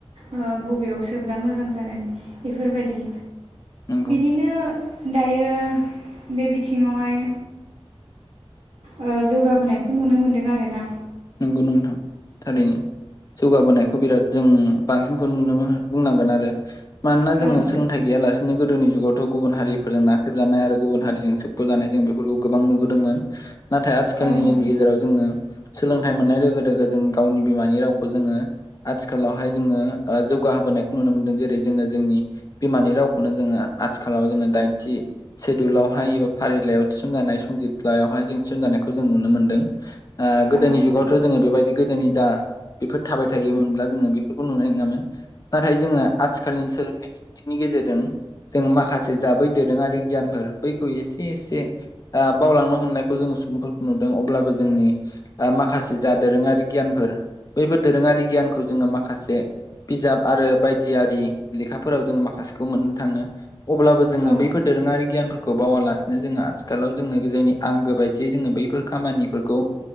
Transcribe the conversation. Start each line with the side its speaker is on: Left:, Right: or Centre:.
Right: ओ बबेयाव सोब्ला मोजां जागोन बेफोरबायदि
Left: नंगौ
Right: बिदिनो दायो। बे बिथिङावहाय ओ जौगाबोनायखौ नुनो मोन्दों आरो ना।
Left: नंगौ नोंथां थारैनो। जौगाबोनायखौ बिराद जों बांसिनखौ नुनो बुंनांगोन आरो। मानोना
Right: ओं
Left: जोङो सोलोंथाइ गैयालासे बिदिनो गोदोनि जुगावथ' गुबुन हारिफोरजों नाख्रेबजानाय आरो गुबुन हारिजों सोबख'जानाय जों बेफोरखौ गोबां नुबोदोंमोन। नाथाय आथिखालनि
Right: ओं
Left: गेजेराव जोङो सोलोंथाइ मोननाय लोगो लोगो जों गावनि बिमानि रावखो जोङो आथिखालावहाय जोङो जौगाहोबोनायखौ नुनो मोनदों। जेरै जोङो जोंनि बिमानि रावखौनो जोङो आथिखालाव जोङो दाइनथि सेडुलावहाय एबा फारिलाइयाव थिसनजानाय संजितलायावहाय जों थिसनजानायखौ जों नुनो मोन्दों। ओ गोद गोदोनि
Right: ओं
Left: जुगावथ' जोङो बेबायदि गोदोनि जा बेफोर थाबाय थायोमोनब्ला जोङो बेफोरखौ नुनाय नङामोन। नाथाय जोङो आथिखालनि सोलोंथाइनि। बिथिंनि गेजेरजों जों माखासे जाबै दोरोङारि गियानफोर बैखौ एसे एसे बावलांनो हमनायखौ जोङो सुबुंफोरखौ नुदों अब्लाबो जोंनि। माखासे जा दोरोङारि गियानफोर बैफोर दोरोङारि गियानखौ जोङो माखासे बिजाब आरो बायदियि लेखाफोराव जोङो माखासेखौ मोननो थाङो अब्लाबो जोङो
Right: औ
Left: बैफोर दोरोङारि गियानफोरखौ बावालासिनो जोङो आथिखालाव जोङो जोंनि आंगो बायदियै जोङो बैफोर खामानिफोरखौ।